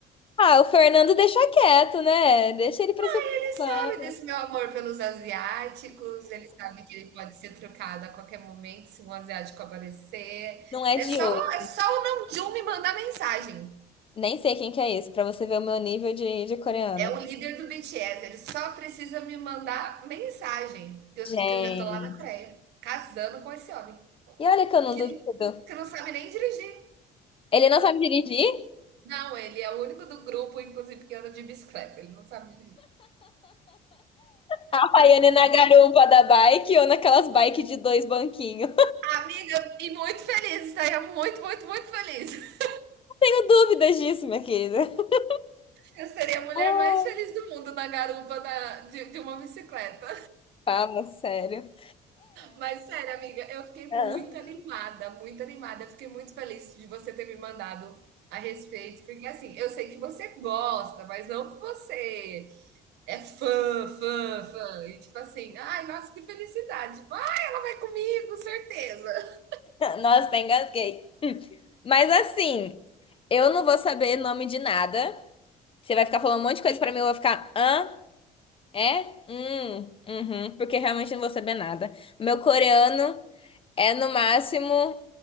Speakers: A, on the left; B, on the right.
A: Ah, o Fernando deixa quieto, né? Deixa ele pra se
B: <laughs>
A: preocupar.
B: Ele sabe desse meu amor pelos asiáticos, ele sabe que ele pode ser trocado a qualquer momento se um asiático aparecer.
A: Não é
B: É
A: de
B: só,
A: hoje.
B: é só o Namjoon me mandar mensagem.
A: Nem sei quem que é esse, pra você ver o meu nível de, de coreano.
B: É o líder do BTS, ele só precisa me mandar mensagem, que eu,
A: Gente.
B: que eu já tô lá na Coreia, casando com esse homem,
A: E olha que eu não
B: que,
A: duvido.
B: que não sabe nem dirigir.
A: Ele não sabe dirigir?
B: Não, ele é o único do grupo, inclusive, que anda de bicicleta, ele não sabe dirigir.
A: A Havaiana na garupa da bike ou naquelas bike de dois banquinhos.
B: Amiga, e muito feliz, estaria muito, muito, muito feliz.
A: <laughs> Tenho dúvidas disso, minha querida. <laughs>
B: Eu seria a mulher
A: Ah,
B: mais feliz do mundo na garupa da, de, de uma bicicleta.
A: Fala, sério.
B: Mas sério, amiga, eu fiquei
A: <laughs>
B: muito animada, muito animada. Eu fiquei muito feliz de você ter me mandado a respeito, porque assim, eu sei que você gosta, mas não que você é fã, fã, fã. E tipo assim, ai, nossa, que felicidade. Tipo, ai, ela vai comigo, certeza.
A: Nossa, tá engasguei. Mas assim, eu não vou saber nome de nada. Você vai ficar falando um monte de coisa pra mim, eu vou ficar hã? É? Hum, uhum, porque realmente eu não vou saber nada. Meu coreano. É no máximo.